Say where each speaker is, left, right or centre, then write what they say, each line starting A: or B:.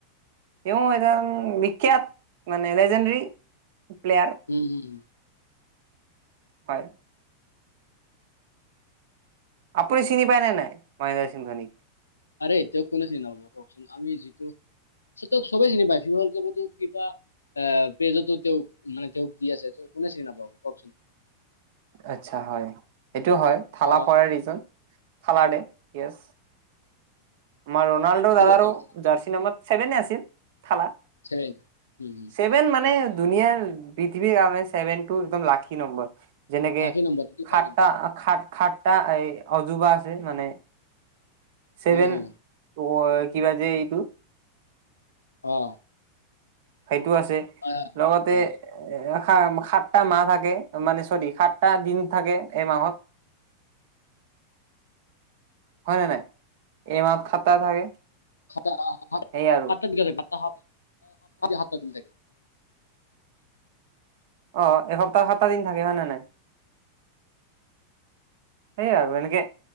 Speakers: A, on the right; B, on the left.
A: তেওঁ এজন বিখ্যাত মানে লেজেণ্ডৰী প্লেয়াৰ৷
B: হুম- হুম হু
A: হয়! আপুনি চিনি পায়নে নাই? মহেন্দ্ৰ সিং ধোনীক?
B: আৰে তেওঁক কোনে চিন নাপাব কওকচোন আমি যিটো ঠিকেই চবেই চিনি পায় ফিফা <unintelligible> ৱৰ্ল্ড কাপটো ফিফা আহ পেজটো তেওঁক মানে তেওঁক দি আছে টো, কোনে চিনি নাপাব কৱকচোন?
A: আচ্ছা হয়। সেইটো হয় থালা
B: অ
A: ফৰ এ ৰিজন, থালা দে ইয়েছ। আমাৰ ৰনাল্ডো দাদাৰো
B: গ'ল চাগে।
A: জাৰ্চি নাম্বৰ ছেভেনে আছিল থালা৷
B: ছেভেন উম-উম।
A: ছেভেন মানে দুুনীয়াৰ পৃথিৱীৰ কাৰণে ছেভেন টো একদম লাকি নম্বৰ। যেনেকে
B: ৰাখি নম্বৰ এইটো হয়
A: সাতটা
B: কিন্তু
A: সা খাতটা এই অজোবা আছে মানে ছেভেন
B: হম হম
A: ৱৰ কিবা যে এইটো৷
B: অ
A: সেইটো আছে
B: হয় হয়
A: লগতে
B: হয়
A: এ এ সাতটা মাহ থাকে মানে চৰি সাতটা দিন থাকে এমাহত৷ হয় নে নাই এই মাহত খাতটা থাকে৷
B: সাতটা
A: সেইয় আৰু
B: থাকাতাহ সাতটা দিন থাকে <unintelligible>
A: অ এসপ্তাহ সাতটা দিন থাকে হয় নে নাই? সেইয়া আৰু এনেকে